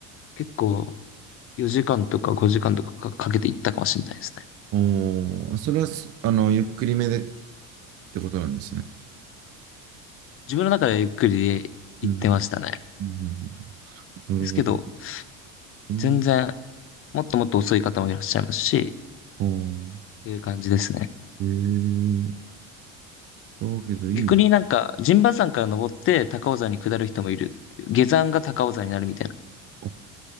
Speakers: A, on the left; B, on the right.
A: 結構4時間とか5時間とかかかけていったかもしれないですね。
B: おー、それはす、あの、ゆっくりめでってことなんですね。
A: 自分の中ではゆっくりで行ってましたね。
B: うん。うんうんうんなるほど。
A: ですけど、
B: うん
A: 全然もっともっと遅い方もいらっしゃいますし、っ
B: おー
A: ていう感じですね。
B: えー、だけどいいの
A: 逆になんか、陣馬山から登って高尾山に下る人もいるっていう。下山が高尾山になるみたいな。
B: か。